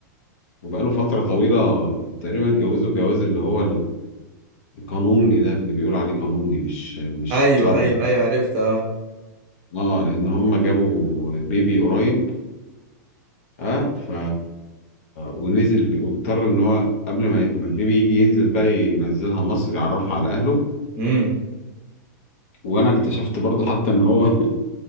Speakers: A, on the left; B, on the right.
A: وبقاله فترة طويلة تقريبا اتجوزوا الجواز اللي هو قانوني ده اللي بيقول عليه قانوني مش مش
B: أيوه
A: شرعي
B: أيوه أيوه عرفت أه
A: اه لان هم جابوا بيبي قريب اه ف ونزل بي... واضطر ان هو قبل ما ما البيبي يجي ينزل بقى ينزلها مصر يعرفها على اهله
B: امم
A: وانا اكتشفت برضه حتى ان هو <laughs>